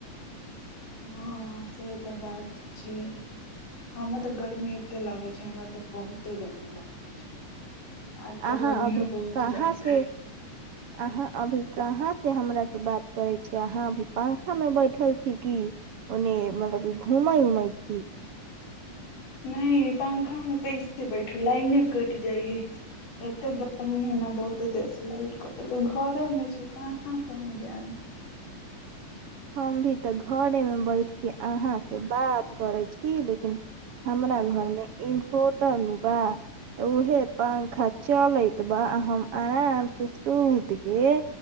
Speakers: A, on the left; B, on the right.
A: हँ से तऽ बात छैय हमरा तऽ गर्मी एते लागै छैय हमरा तऽ बहुते गर्मी लागै छै आज तऽ
B: अहाँ
A: गर्मियो
B: अभी
A: बहुत
B: कहाँ
A: ज्यादा
B: से
A: हइ
B: अहाँ अभी कहाँ से हमरा से बात करै छियै अहाँ अभी पंखामे बैठल छी कि ओन्ने मतलब की घूमै उमै छी
A: नहि पंखा मे कैसे बैठू लाइने कटि जाइयै एते गर्मी हइ ने बहुते देर से लाइट कटल घरे मे छी कहाँ कहूँ जायब
B: हम भी तऽ घरेमे बैठके अहाँसे बात करै छी लेकिन हमरा घरमे इन्भोटर बा तऽ उएह पंखा चलैत बा हम आरामसँ सुतके